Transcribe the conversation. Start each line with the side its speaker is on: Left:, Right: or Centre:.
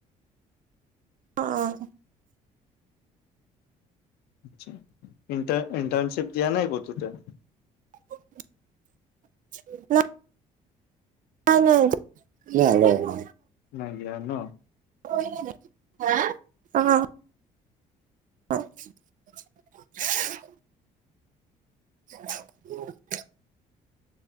Right: অ'।
Left: আচ্ছা ইন্টা-ইণ্টৰ্নশিপ দিয়া নাই ক'তো তই?
Right: <inaudible> নাই নাই <unintelligible>
Left: নাই দিয়া ন।
Right: <unintelligible> অ'। <inaudible> <inaudible>